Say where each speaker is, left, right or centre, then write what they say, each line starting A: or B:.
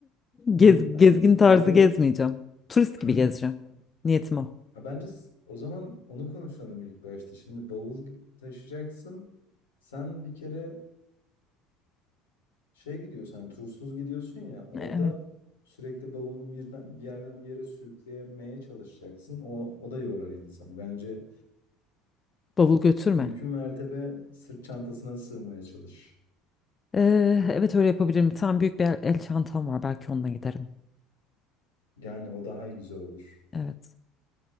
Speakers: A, on the left; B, on the left.
A: Hmm,
B: Gez,
A: anladım.
B: gezgin tarzı
A: Ya bir
B: gezmeyeceğim. Turist
A: <clears throat>
B: gibi gezeceğim. Niyetim o.
A: Ha, bence s- o zaman onu konuşalım ilk başta. Şimdi bavul taşıyacaksın. Sen bir kere Şey gidiyorsun hani tursuz gidiyorsun ya orada
B: Evet.
A: sürekli bavulu birden, bir yerden bir yere sürükleyemeye çalışacaksın. O, o da yorar insanı. Bence
B: Bavul götürme.
A: mümkün mertebe sırt çantasına sığmaya çalış.
B: Ee, evet öyle yapabilirim. Tam büyük bir el, el çantam var. Belki onunla giderim.
A: Yani o daha güzel olur.
B: Evet.